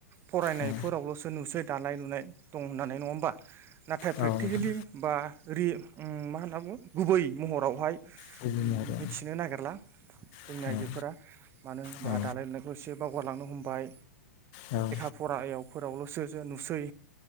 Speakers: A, on the right; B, on the left.
A: फरायनायफोरावलसो
B: औ
A: नुसै दानाय लुनाय दं होननानै नङा होमबा नाथाय प्रेक्टिकेलि
B: औ औ नोंथां
A: बा रिल उम मा होन्ना बुङो गुबै महरावहाय
B: बिदिनो आरो
A: मिथिनो नागिरला जोंनि
B: औ
A: आइजोफोरा मानो होनबा
B: औ
A: दानाय लुनायखौ एसे बावगारलांनो हमबाय
B: औ
A: फरायावफोरावलसो जो नुसै